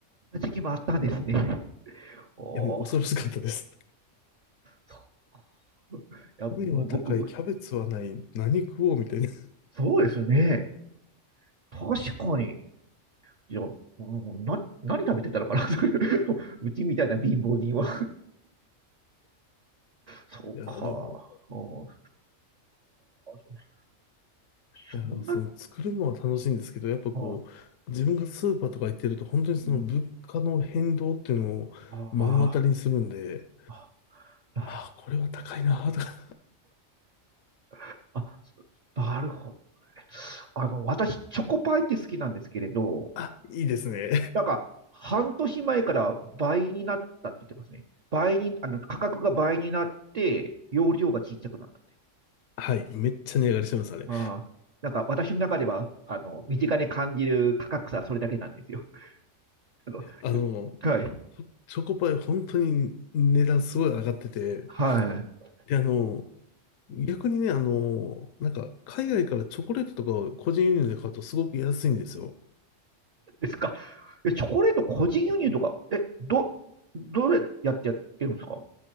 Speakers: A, on the right; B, on the left.
A: な時期もあったんですね。<laughs> おお、
B: や、もう恐ろしかったです。
A: そう <laughs> いや、
B: 米は高い、
A: もう僕、
B: キャベツはない、何食おうみたいな。い
A: そうですよね。確かに。いや、もうな、何食べてたのかな <laughs> もううちみたいな貧乏人は。そうか。
B: や、でも、
A: うん、そっか。そんな、
B: いや、その作るのは楽しいんですけど、やっぱこう、
A: あ
B: 自分がスーパーとか行ってると、本当にその物価の変動っていうのを目の当たりにするんで、
A: うんあーあ、あなるほ
B: ああ、これは高いなーとか、
A: ど。あ、なるほどね。あの、私、チョコパイって好きなんですけれど、
B: <laughs> あ、いいですね。
A: なんか、半年前から倍になったって言ってますね。倍に、あの、価格が倍になって、容量が小さくなったって。
B: <laughs> はい、めっちゃ値上がりしてます、あれ。
A: ああ、なんか、私の中では、あの、身近に感じる価格差はそれだけなんですよ。あの、
B: あの、
A: よはい。
B: チョチョコパイ、本当に値段すごい上がってて、
A: はい。
B: で、あの、逆にね、あの、なんか、海外からチョコレートとかを個人輸入で買うとすごく安いんですよ。
A: ですか。え、チョコレート個人輸入とか、え、ど、どれやってやってるんですか